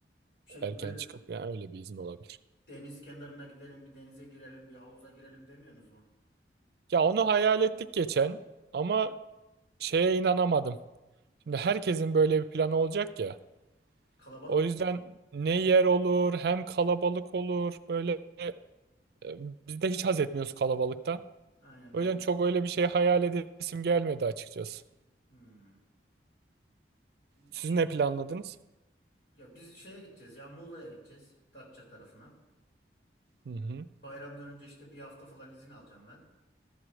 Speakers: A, on the left (about 65°); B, on the right (about 60°).
A: Şey
B: Erken
A: bir böyle
B: çıkıp yani öyle bir izin olabilir.
A: deniz kenarına gidelim, bir denize girelim, bir havuza girelim demiyorsunuz mu?
B: Ya onu hayal ettik geçen ama şeye inanamadım. Şimdi herkesin böyle bir planı olacak ya.
A: Kalabalık
B: O yüzden
A: mı?
B: ne yer olur hem kalabalık olur. Böyle e, biz de hiç haz etmiyoruz kalabalıktan.
A: Aynen
B: O
A: ben.
B: yüzden çok
A: de.
B: öyle bir şey hayal edesim gelmedi açıkçası.
A: Hmm. Bir
B: Siz
A: şey
B: ne planladınız?
A: ya biz şeye gideceğiz ya Muğla'ya gideceğiz. Datça tarafına.
B: Hı hı,
A: Bayramdan önce işte bir hafta falan izin alacağım ben.